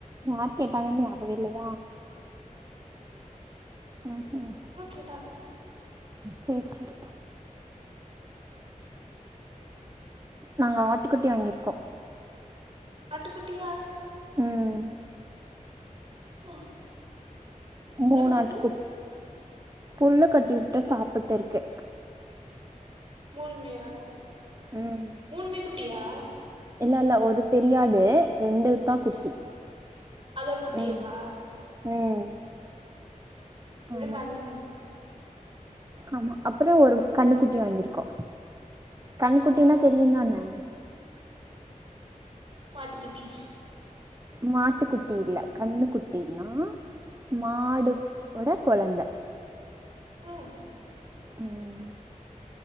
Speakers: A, on the right (about 25°); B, on the right (about 40°).
A: யார் கேட்டாங்கன்னு ஞாபக இல்லையா ம் ம்
B: யாரோ கேட்டாங்க
A: சேர் சேரி நாங்க ஆட்டுக்குட்டி வாங்கிருக்கோ
B: ஆட்டுக்குட்டியா
A: ம்
B: ஆ
A: மூணு
B: என்ன பண்ணுது
A: ஆட்டுக்குட் புல்லு கட்டிவுட்டே சாப்பிட்டு இருக்கு
B: மூணுமேயா
A: ம்
B: மூண்மே குட்டியா
A: இல்ல இல்ல ஒரு பெரியாடு ரெண்டு தா குட்டி
B: ஆ, அதோட குட்டியேவா
A: ம் ம்
B: அப்டியே
A: ஆமா
B: சார்ன்னி வாங்கி
A: ஆமா அப்பறோ ஒரு கண்ணுக்குட்டி வாங்கிருக்கோ கண்குட்டின்னா
B: ஓ,
A: தெரியு தானே
B: மாட்டுகுட்டி
A: மாட்டுக்குட்டி இல்ல கண்ணுக்குட்டினா மாடு ஓட கொழந்த
B: ம்
A: ம்